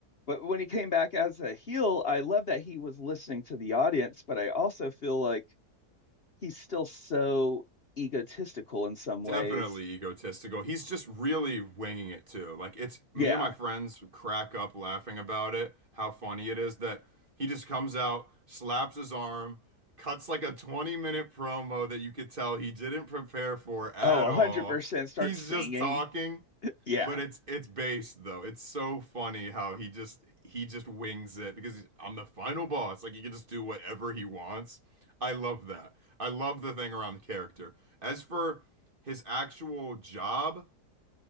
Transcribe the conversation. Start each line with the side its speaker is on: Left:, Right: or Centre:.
Left: But when he came back as a heel, I love that he was listening to the audience, but I also feel like he's still so egotistical in some ways.
Right: Definitely egotistical. He's just really winging it too. Like it's me
Left: Yeah,
Right: and my friends crack up laughing about it, how funny it is that he just comes out, slaps his arm, cuts like a 20 minute promo that you could tell he didn't prepare for at
Left: Oh, 100%
Right: all.
Left: start
Right: He's
Left: singing.
Right: just talking
Left: Yeah.
Right: but it's it's based though. It's so funny how he just he just wings it because he's- I'm the final boss. Like he can just do whatever he wants. I love that. I love the thing around the character. As for his actual job,